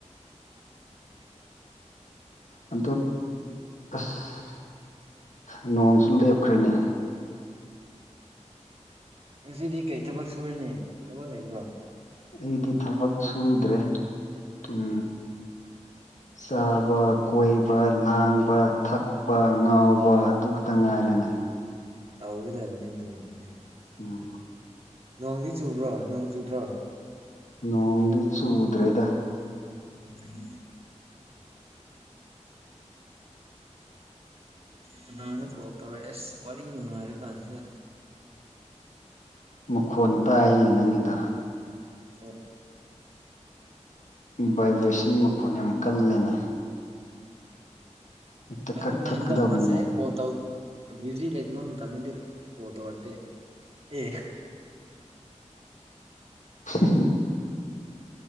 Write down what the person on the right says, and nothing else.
ꯉꯁꯤꯗꯤ ꯀꯩ ꯊꯕꯛ ꯁꯨꯔꯅꯤ ꯊꯕꯛ ꯂꯩꯕ꯭ꯔꯣ
ꯝ ꯇꯧꯒ ꯇꯔꯅꯤ ꯏꯗ ꯄꯨꯣꯜꯅꯤ
ꯅꯣꯡꯗꯤ ꯆꯨꯕ꯭ꯔꯣ ꯅꯣꯡ ꯆꯨꯗ꯭ꯔꯣ
ꯎꯝ ꯀꯅꯥꯅ ꯀꯣꯜ ꯇꯧꯔꯦ ꯑꯁ ꯋꯥꯔꯤ ꯅꯨꯡꯉꯥꯏꯔ ꯀꯥꯟꯁꯤꯗ
ꯑꯃꯨ
ꯀꯪ
ꯊꯅꯤ ꯍꯟꯗ ꯃꯁꯦ ꯀꯣ ꯇꯧ ꯕꯤꯖꯤ ꯂꯩꯇꯕ ꯃꯇꯝꯗꯗꯤ ꯀꯣꯜ ꯇꯧꯔꯛꯇꯦ ꯑꯦ